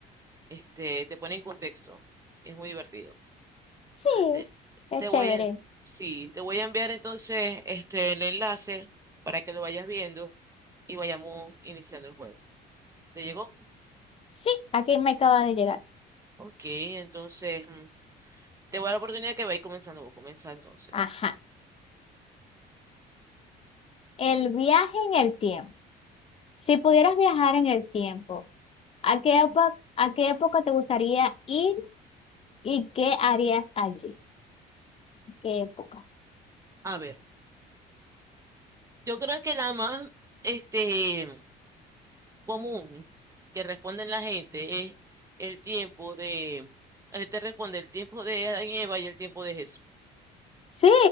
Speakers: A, on the right; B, on the left.
A: este, te pone en contexto. Es muy divertido.
B: Sí,
A: Ah, te,
B: es
A: te
B: chévere.
A: voy a, sí, te voy a enviar entonces este el enlace para que lo vayas viendo y vayamos iniciando el juego. ¿Te llegó?
B: Sí, aquí me acaba de llegar.
A: Ok, entonces mm, te voy a dar la oportunidad que vais comenzando. Voy a comenzar entonces.
B: Ajá. El viaje en el tiempo. Si pudieras viajar en el tiempo, ¿a qué época, a qué época te gustaría ir y qué harías allí? ¿Qué época?
A: A ver, yo creo que la más este, común que responden la gente es el tiempo de. La gente responde el tiempo de Adán y Eva y el tiempo de Jesús.
B: Sí.